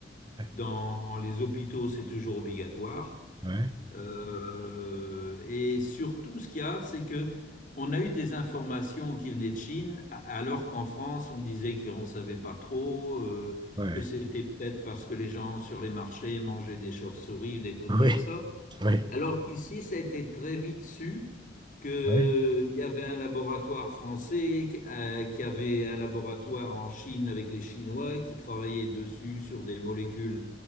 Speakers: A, on the right (about 25°); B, on the left (about 45°).
A: Ouais,
B: Dans les hôpitaux, c'est toujours obligatoire.
A: ouais,
B: Euh, et surtout, ce qu'il y a, c'est que on a eu des informations qui venaient de Chine, a- alors qu'en France, on disait qu'on ne savait pas trop, euh,
A: ouais,
B: que c'était peut-être parce que les gens sur les marchés mangeaient des chauves-souris ou des trucs
A: ouais,
B: comme ça.
A: ouais, ouais,
B: Alors qu'ici, ça a été très vite su qu'il
A: ouais.
B: y avait un laboratoire français, qui euh, qui avait un laboratoire en Chine avec les Chinois qui travaillaient dessus sur des molécules